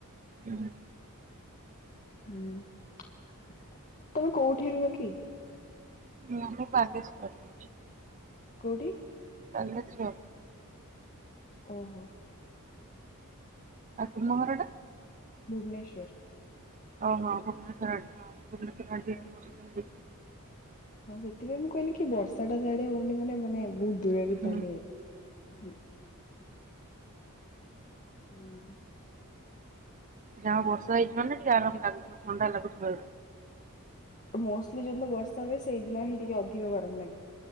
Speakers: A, on the right (about 35°); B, on the left (about 35°).
A: ହୁଁ
B: ହୁଁ, ତମେ କୋଉଠି ରୁହ କି?
A: ଆମେ ବାଲେସ୍ୱର ରୁ।
B: କେଉଁଠି?
A: ବାଲେଶ୍ୱର।
B: ଓହୋ
A: ଆଉ ତୁମ ଘର ଟା?
B: ଭୁବନେଶ୍ୱର।
A: ଓ ହଁ ଭୁବନେଶ୍ୱର ଆଡେ ହଁ ଭୁବନେଶ୍ୱର ବି
B: ହଁ
A: ବର୍ଷା। ହେଇଯାଇଛି।
B: ହଁ ସେଥିପାଇଁ ମୁଁ କହିଲି କି ବର୍ଷା ଟା ସେଆଡେ ହଉନି ମାନେ ମାନେ ବହୁତ ଦୂରରେ
A: ହୁଁ
B: ତାହାଲେ ହଁ ହୁ
A: ଯାହା ହଉ ବର୍ଷା ହେଇଛି ମାନେ ଟିକେ ଆରାମ ଲାଗୁଥିବ ଥଣ୍ଡା ଲାଗୁଥିବ।
B: ମୋଷ୍ଟଲି ଯୋଉ ଦିନ ବର୍ଷା ହୁଏ, ସେଇଦିନ ହିଁ ଟିକେ ଅଧିକ ଗରମ ଲାଗେ।